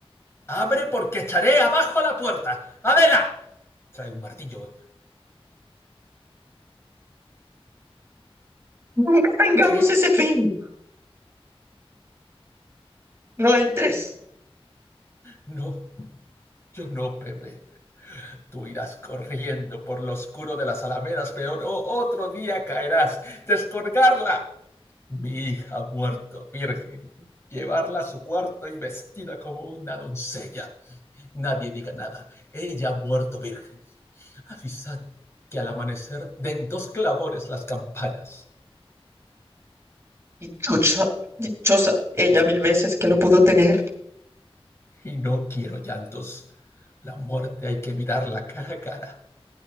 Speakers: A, on the left (about 25°); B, on the right (about 25°).
A: Abre porque echaré abajo la puerta. ¡Adela! Trae un martillo.
B: Nunca tengamos
A: ¿Qué?
B: ese fin. No entres.
A: No. Yo no, Pepe. Tú irás corriendo por lo oscuro de las alamedas, peor o otro día caerás. Descolgarla. Mi hija ha muerto, virgen. Llevarla a su cuarto y vestida como una doncella. Nadie diga nada. Ella ha muerto, virgen. Avisad que al amanecer den dos clavores las campanas.
B: Dichosa, dichosa ella mil veces que lo pudo tener.
A: Y no quiero llantos. La muerte hay que mirarla cara a cara.